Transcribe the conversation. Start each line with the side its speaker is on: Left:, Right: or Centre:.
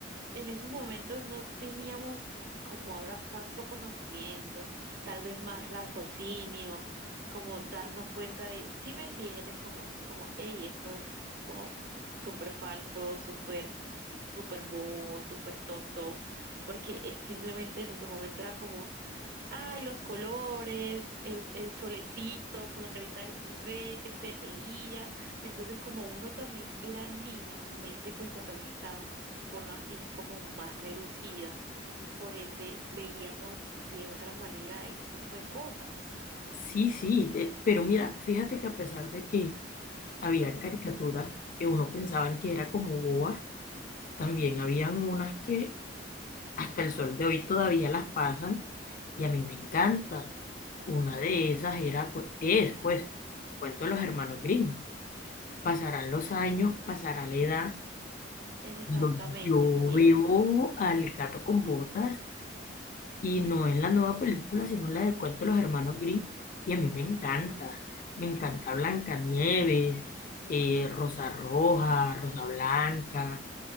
Right: en esos momentos no teníamos como ahora tanto conocimiento, tal vez más raciocinio, como darnos cuenta de, si me entiendes, como, como, hey, esto es como súper falso, súper, súper bobo, súper tonto, porque es simplemente eso, en tu momento era como Ay, los colores, el, el solecito con la carita del bebé que se reía. Entonces, como uno también era niño, su mente pues también estaba, por no así, como más reducida. Por ende, veíamos de otra manera ese tipo de cosas.
Left: sí, sí, de- pero mira, fíjate que a pesar de que habían caricaturas que uno pensaban que era como bobas, también habían unas que hasta el sol de hoy todavía las pasan y a mí me encanta. Una de esas era, cu- es, pues, Cuento de los Hermanos Grimm. Pasarán los años, pasará la edad.
Right: Exactamente,
Left: pero Yo
Right: es cierto.
Left: veo
Right: <laughs>
Left: al gato con botas Y no en la nueva película, sino la de Cuento de los Hermanos Grimm. Y a mí me encanta. Me encanta Blancanieves, eh, Rosa Roja, Rosa Blanca.